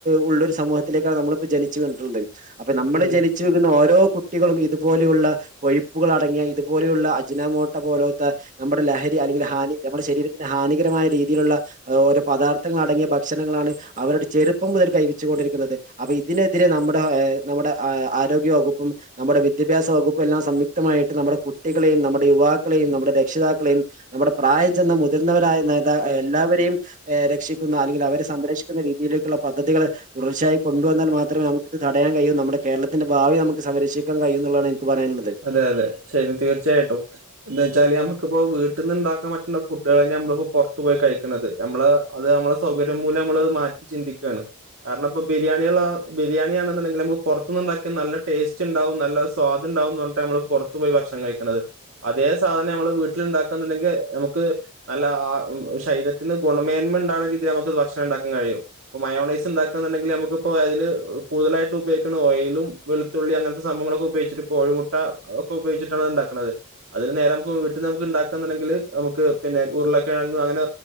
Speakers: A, on the right; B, on the right.
A: ഉള്ളൊരു സമൂഹത്തിലേക്കാണ് നമ്മളിപ്പൊ ജനിച്ചു വീണിട്ടുള്ളത് അപ്പൊ നമ്മളെ
B: അതെ
A: ജനിച്ച തിന് ഓരോ കുട്ടികളും ഇതുപോലെയുള്ള കൊഴിപ്പുകൾ അടങ്ങിയ ഇതുപോലെയുള്ള അജ്നാമോട്ട പോലത്ത നമ്മുടെ ലഹരി അല്ലെങ്കിൽ ഹാന നമ്മുടെ ശരീരത്തിന് ഹാനികരമായ രീതിയിലുള്ള ഓരോ പദാർത്ഥങ്ങൾ അടങ്ങിയ ഭക്ഷണങ്ങളാണ് അവരുടെ ചെറുപ്പം മുതൽ കഴിച്ചു കൊണ്ടിരിക്കുന്നത് അപ്പൊ ഇതിനെതിരെ നമ്മുടെ നമ്മുടെ ആരോഗ്യവകുപ്പും നമ്മുടെ വിദ്യാഭ്യാസ വകുപ്പ് എല്ലാം സംയുക്തമായിട്ട് നമ്മുടെ കുട്ടികളെയും നമ്മുടെ യുവാക്കളെയും നമ്മുടെ രക്ഷിതാക്കളെയും നമ്മുടെ പ്രായം ചെന്ന മുതിർന്നവരായ നേതാ എല്ലാവരെയും രക്ഷിക്കുന്ന അല്ലെങ്കിൽ അവരെ സംരക്ഷിക്കുന്ന രീതിയിലേക്കുള്ള പദ്ധതികള് തുടർച്ചായി കൊണ്ടുവന്നാൽ മാത്രമേ നമുക്കിത് തടയാൻ കഴിയ നമ്മുടെ കേരത്തിന്റെ ഭാവി നമുക്ക് സംരക്ഷിക്കാൻ കഴിയും ന്നുള്ളതാണ് എനിക്ക് പറയാനുള്ളത്
B: അതെ അതെ ശരി തീർച്ചയായിട്ടും എന്താച്ചാല് നമ്മുക്കിപ്പൊ വീട്ടിൽന്ന് ഉണ്ടാക്കാൻ പറ്റുന്ന ഫുഡുകളന്നെ നമ്മളിപ്പൊ പുറത്തു പോയി കഴിക്കുന്നത് നമ്മള അത് നമ്മളെ സൗകര്യം മൂലംമ്മള് മാറ്റി ചിന്തിക്കുകയാണ് കാരണം ഇപ്പോ ബിരിയാണിയുള്ള ബിരിയാണിയാണെന്നുണ്ടെങ്കിൽ നമുക് പൊറത്ത്നിന്ന് ഉണ്ടാക്കിയാ നല്ല ടേസ്റ്റ് ഉണ്ടാവും നല്ല സ്വാദ് ഉണ്ടാവും ന്ന് പറ ട്ടാ മ്മള് പൊറത്തു പോയി ഭക്ഷണം കഴിക്കണത് അതേ സാധനം നമ്മള് വീട്ടിൽ ഉണ്ടാക്ക എന്ന്ണ്ടെങ്കിൽ നമുക്ക് നല്ല ആഹ് ശരീരത്തിന് ഗുണമേന്മ ഉണ്ടാവുന്ന രീതിൽ നമുക്ക് ഭക്ഷണം ണ്ടാക്കാൻ കഴിയും ഇപ്പൊ മയോണൈസ് ഉണ്ടാക്ക എന്നുണ്ടെങ്കിൽ നമുക്കിപ്പൊ അതില് കൂടുതലായിട്ടും ഉപയോഗിക്കുന്ന ഓയിലും വെളു തുള്ളി അങ്ങനത്തെ സംഭവങ്ങളൊക്കെ ഉപയോഗിച്ചിട്ട് കോഴിമുട്ട ഒക്കെ ഉപയോഗിച്ചിട്ടാണ് അത്ണ്ടാക്കുന്നത് അതിന് നേരെ നമുക്ക് വീട്ട്ന്ന് നമുക്ക് ഉണ്ടാക്കാന്നുണ്ടെങ്കിൽ നമുക്ക് പിന്നെ ഉരുളൊക്കെഴങ്ങും അങ്ങനെ